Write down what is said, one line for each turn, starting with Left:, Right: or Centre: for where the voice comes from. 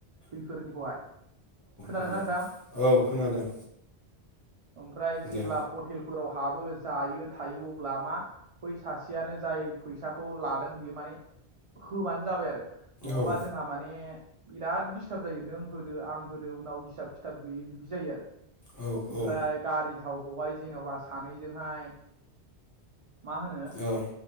Right: बैफोरनिखौहाय खोनादोंनाा
Left: जागोन
Right: नोंथां
Left: औ खोनादों
Right: ओमफ्राय जेब्ला
Left: दे
Right: हटेलफोराव हाबो जायो थायो अब्ला मा बै सासेयानो जाय फैसाखौ लादों बे माने होबानो जाबाय आरो नङाबा
Left: औ
Right: जोंहा माने बिराद खिथाब जायो नों होदो आं होदो उनाव हिसाब खिथाब गैयै बिदि जायो आरो
Left: औ
Right: ओमफ्राय
Left: औ
Right: गारि थावखौहाय जेन'बा सानैजोंहाय मा होनो
Left: औ